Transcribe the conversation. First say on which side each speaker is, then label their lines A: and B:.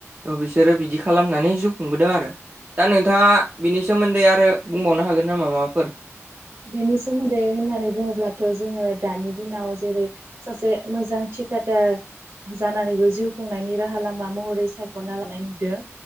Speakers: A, on the right (about 40°); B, on the right (about 60°).
A: थ' बिसोरो बिदि खालामनानै जिउ खुंबोदों आरो दा नोंथाङा बिनि सोमोन्दै आरो बुंबावनो हागोन नामा माबाफोर
B: बेनि सोमोन्दै होननानै बुङोब्लाथ' जोङो दानि दिनाव जेरै सासे मोजां थिकादार जानानैबो जिउ खुंनायनि राहा लामा महरै सायख'ना लानाय नुदों